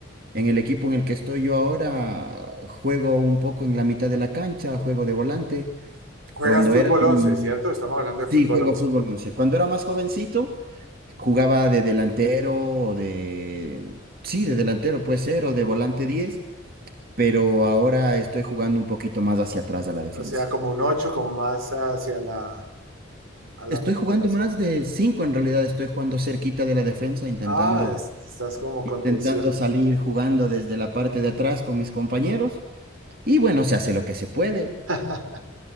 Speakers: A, on the right; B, on the right.
A: En el equipo en el que estoy yo ahora, juego un poco en la mitad de la cancha, juego de volante.
B: Juegas
A: Cuando
B: fútbol
A: era,
B: 11,
A: mm,
B: ¿cierto? Estamos hablando de fútbol
A: sí, juego
B: once.
A: fútbol once. Cuando era más jovencito, jugaba de delantero o de, sí, de delantero puede ser, o de volante diez pero ahora estoy jugando un poquito más hacia atrás a la defensa.
B: O sea, como un 8, como más hacia la, a la
A: Estoy
B: recuperación.
A: jugando más de 5 en realidad, estoy jugando cerquita de la defensa, intentando,
B: Ah, es- estás como
A: intentando
B: contención.
A: salir jugando desde la parte de atrás con mis compañeros. Y bueno, se hace lo que se puede.
B: <laughs>